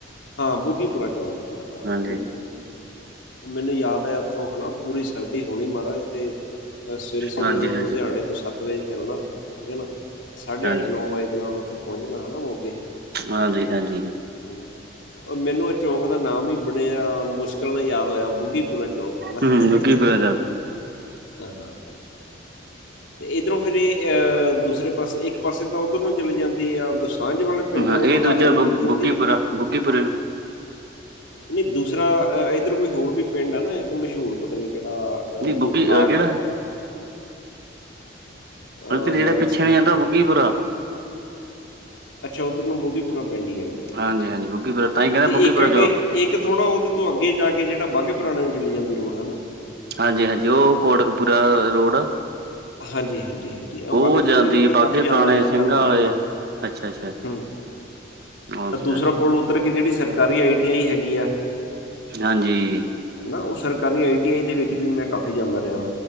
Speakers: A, on the left (about 85°); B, on the right (about 55°).
A: ਹਾਂ ਬੁਗੀਪੁਰਾ ਚੌਕ ਆ ਨਾ ਹਾ
B: ਹਾਂਜੀ,
A: ਬਿਲਕੁਲ ਉਹ ਮੈਨੂੰ ਯਾਦ ਆ ਉੱਥੋ ਹਨਾ ਪੂਰੀ ਸਰਦੀ ਹੋਣੀ ਮਹਾਰਾਜ ਦੇ ਸਵੇਰੇ ਸਵੇਰੇ
B: ਹਾਂਜੀ-ਹਾਂਜੀ,
A: ਉਰੋ ਲੁਧਿਆਣੇ ਤੋ ਸੱਤ ਵਜੇ ਚੱਲਣਾ ਠੀਕ ਆ ਨਾ ਸਾਢੇ
B: ਹਾਂਜੀ,
A: ਅੱਠ ਨੌ ਵਜੇ ਦੇ ਨਾਲ ਉੱਥੇ ਪਹੁੰਚ ਜਾਣਾ ਹਨਾ ਮੋਗੇ
B: ਹਾਂਜੀ-ਹਾਂਜੀ,
A: ਹੂੰ ਮੈਨੂੰ ਇਹ ਚੌਕ ਦਾ ਨਾਮ ਨੀ ਬੜੇ ਆ ਮੁਸ਼ਕਿਲ ਨਾਲ ਯਾਦ ਹੋਇਆ ਬੁੱਗੀਪੁਰਾ ਚੌਕ ਚੌਕ ਹਨਾ
B: ਹੂੰ ਗੁੱਗੀਪੁਰਾ ਜਾ
A: ਹਾ, ਇੱਧਰੋ ਫਿਰ ਇਹ ਅਹ ਦੂਸਰੇ ਪਾਸੇ ਇੱਕ ਪਾਸੇ ਤਾ ਉੱਧਰ ਨੂੰ ਚਲੀ ਜਾਦੀ ਆ ਦੋਸਾਂਝ ਵਾਲੇ ਪਿੰਡ
B: ਹਾ
A: ਨੂੰ
B: ਇਹ
A: ਲਹਾਰੇ
B: ਦੂਜਾ
A: ਨੂੰ
B: ਬੁ
A: ਚਲੇ ਜਾਂਦੀ
B: ਬੁੱਗੀਪੁਰਾ
A: ਆ
B: ਬੁੱਗੀਪੁਰੇ ਨੂੰ
A: ਨਹੀ ਦੂਸਰਾ ਅ ਇੱਧਰ ਕੋਈ ਹੋਰ ਵੀ ਪਿੰਡ ਆ ਨਾ ਇੱਕ ਮਸ਼ਹੂਰ ਪਤਾ ਨੀ ਕਿਹੜਾ
B: ਜੀ ਬੁੱਗੀ
A: ਕੋਈ ਠਾਠ
B: ਕਿਹੜਾ
A: ਆ ਅਹ,
B: ਅੰਤਰੀਏ
A: ਨਾਨਕਸਰ
B: ਦੇ ਪਿੱਛੇ ਨੂੰ
A: ਦੀ
B: ਜਾਦਾ ਉਹ ਬੁੱਗੀਪੁਰਾ ਆ
A: ਅੱਛਾ ਉੱਧਰ ਨੂੰ ਬੁੱਗੀਪੁਰਾ ਪਿੰਡ ਈ ਆ, ਓਕੇ
B: ਹਾਂਜੀ-ਹਾਂਜੀ ਬੁੱਗੀਪੁਰਾ ਤਾਂ ਹੀ ਕਹਿੰਦੇ
A: ਤੇ
B: ਬੁੱਗੀਪੁਰਾ
A: ਇੱਕ ਅੱਗੇ
B: ਚੌਂਕ
A: ਇੱਕ ਥੋੜ੍ਹਾ ਉਹਦੇ ਤੋ ਅੱਗੇ ਜਾ ਕੇ ਜਿਹੜਾ ਬਾਘੇ ਪੁਰਾਣੇ ਨੂੰ ਚਲੀ ਜਾਦੀ ਰੋਡ ਹਨਾ,
B: ਹਾਜੀ-ਹਾਜੀ ਉਹ ਕੋਟਕਪੁਰਾ ਰੋਡ
A: ਹਾਜੀ-ਹਾਜੀ-ਹਾਜੀ ਆਹ
B: ਉਹ
A: ਬਾਘੇ ਪੁਰਾਣੇ
B: ਜਾਂਦੀ
A: ਵੀ ਮੈ ਕਾਫੀ
B: ਬਾਘੇ
A: ਜਾਦਾ
B: ਪੁਰਾਣੇ
A: ਰਿਆ
B: ਸਿੰਘਾਂ
A: ਤੁਹਾਡੇ ਤਾ
B: ਆਲੇ
A: ਹੁਣ
B: ਅੱਛਾ-ਅੱਛਾ,
A: ਹੂੰ
B: ਹਾਂਜੀ-ਹਾਂਜੀ,
A: ਦੂਸਰਾ ਪੁੱਲ ਉੱਤਰ ਕੇ ਜਿਹੜੀ ਸਰਕਾਰੀ ਆਈ ਟੀ ਆਈ ਹੈਗੀ ਆ।
B: ਹਾਂਜੀ
A: ਨਾ ਉਹ ਸਰਕਾਰੀ ਆਈ ਟੀ ਆਈ ਦੇ ਵਿੱਚ ਵੀ ਮੈ ਕਾਫੀ ਜਾਦਾ ਰਿਆ।